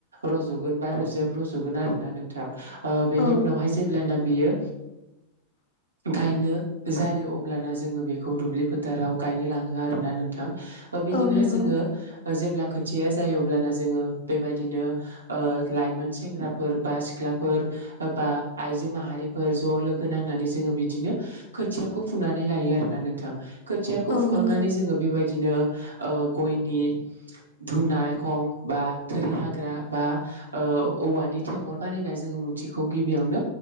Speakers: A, on the right; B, on the left.
A: रज'गोन बा रोजोब रज'गोन आरो ना नोंथां बेनि
B: औ
A: उनावहाय जेब्लाना बियो
B: <inaudible>
A: गायनो जायो अब्लाना जोङो बेखौ दुब्लि फोथाराव गायनो लाङो आरोना नोंथां बिदिनो
B: औ नंगौ
A: जोङो जेब्ला खो थिया जायो अब्लाना जोङो बेबायदिनो ओ लाइमोन सेंग्राफोर बा सिख्लाफोर बा आइजो माहारि फोर ज' लोगो नांनानै जोङो बिदिनो खोथियाखौ फुनानै लायो आरोना नोंथां खोथियाखौ
B: औ
A: फुखांनानै
B: नंगौ
A: जोङो बे बायदिनो ओ गयनि धुनाखं बा थोरि हाग्रा बा ओ औवानि थेंगल बानायना जोङो थिखौ गिबियावनो